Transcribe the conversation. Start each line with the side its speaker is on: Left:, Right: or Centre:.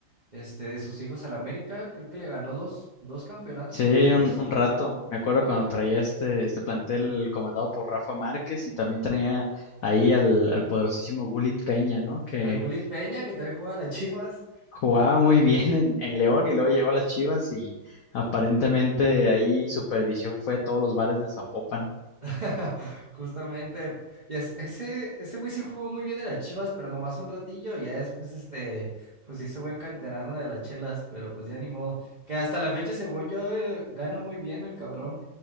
Right: este, de sus hijos al América, creo que le ganó dos, dos campeonatos
Left: Sí,
Right: seguidos.
Left: un, un rato. Me acuerdo cuando traía este, este plantel comandado por Rafa Márquez y también traía ahí al, al poderosísimo Gullit Peña, ¿no? Que
Right: Al Gulit Peña, que también juega a las Chivas.
Left: jugaba muy <laughs> bien en, en León y luego llegó a las Chivas y aparentemente ahí su perdición fue todos los bares de Zapopan.
Right: <laughs> Justamente, y es- ese, ese güey sí jugó muy bien en las Chivas, pero nomás un ratillo, ya después este, pues hizo buen canterano de las chelas, pero pues ya ni modo, que hasta la fecha según yo eh, gana muy bien el cabrón,